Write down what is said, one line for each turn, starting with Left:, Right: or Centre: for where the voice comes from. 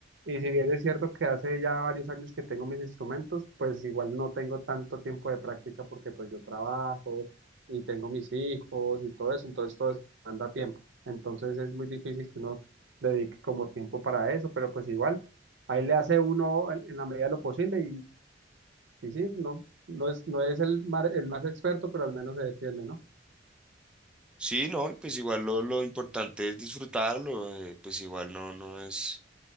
Right: Y si bien es cierto que hace ya varios años que tengo mis instrumentos, pues igual no tengo tanto tiempo de práctica porque pues yo trabajo y tengo mis hijos y todo eso, entonces todo eso manda tiempo. Entonces es muy difícil que uno dedique como tiempo para eso, pero pues igual. Ahí le hace uno en en la medida de lo posible y sí, no, no es, no es el, mar- el más experto, pero al menos se defiende, ¿no?
Centre: Sí, no, y pues igual lo, lo importante es disfrutarlo, eh, pues igual no, no es,